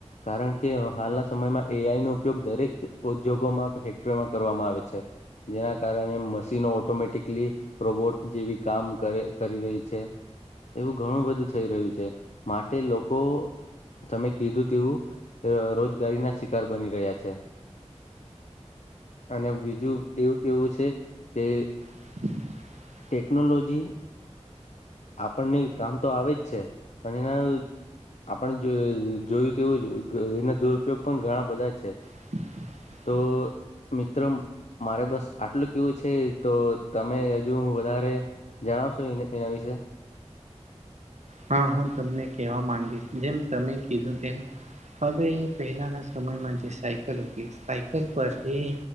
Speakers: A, on the left; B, on the right.
A: કારણ કે હાલના સમયમાં એઆઈ નો ઉપયોગ દરેક ઉદ્યોગોમાં કે ફેક્ટરીમાં કરવામાં આવે છે. જેના કારણે મશીનો ઓટોમેટિકલી રોબોટ જેવી કામ કરે કરી રહી છે. એવું ઘણું બધું થઈ રહ્યું છે માટે લોકો. તમે કીધું તેવું રોજગારીના શિકાર બની રહ્યા છે. અને બીજું એવું કેવું છે કે
B: <unintelligible>
A: ટેક્નોલોજી. આપણને કામ તો આવે જ છે પણ એના. આપણે જો જોયું તેવું જ એના દુરુપયોગ પણ ઘણા બધા છે.
B: <unintelligible>
A: તો મિત્રમ. મારે બસ આટલું કેવું છે તો તમે હજુ વધારે. જણાવશો એ એના વિશે.
B: હા હું તમને કેવા માંગીશ જેમ તમે કીધું તેમ હવે પહેલાના સમયમાં જે સાયકલ હતી સાયકલ પરથી.